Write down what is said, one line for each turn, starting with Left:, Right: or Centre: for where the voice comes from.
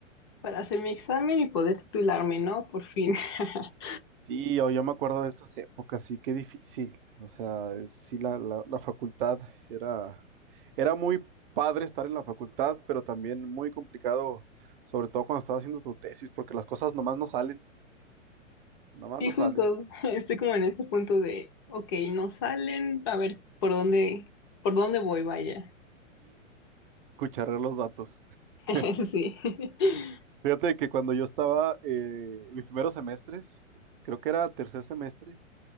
Left: para hacer mi examen y poder titularme, ¿no? Por fin. <laughs>
Right: Sí, yo, yo me acuerdo de esas épocas, sí, qué difícil. O sea, es- sí, la, la, la facultad era, era muy padre estar en la facultad, pero también muy complicado, sobre todo cuando estás haciendo tu tesis, porque las cosas nomás no salen, nomás
Left: Sí,
Right: no salen.
Left: justo, <laughs> estoy como en ese punto de, ok, no salen, a ver por dónde, por dónde voy, vaya.
Right: cucharar los datos.
Left: <laughs>
Right: <laughs>
Left: Sí, <laughs>
Right: Fíjate que cuando yo estaba eh, en mis primeros semestres, creo que era tercer semestre,